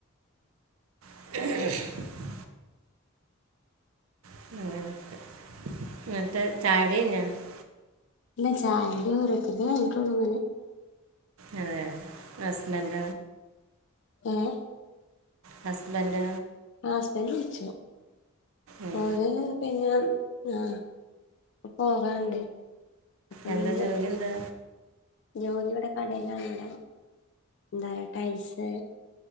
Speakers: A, on the right; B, on the left.
A: <unintelligible> <unintelligible>
B: ഇല്ല ചായെടെ കൂടെതന്നെവന്നട്ടുള്ളൂ അങ്ങനെ
A: അതെയാ ഹസ്ബൻഡ
B: ഏഹ്
A: ഹസ്ബൻഡാ
B: ആഹ് ഹസ്ബൻഡ് വിളിച്ചു
A: ഉം.
B: <unintelligible> പിന്നെ ആഹ് പോകാണ്ട് പണിണ്ട്
A: എന്താ ജോലി എന്താ
B: ജോലിയുടെ കടയിലാണ് ഇവിടെ <unintelligible> ടൈസ്‌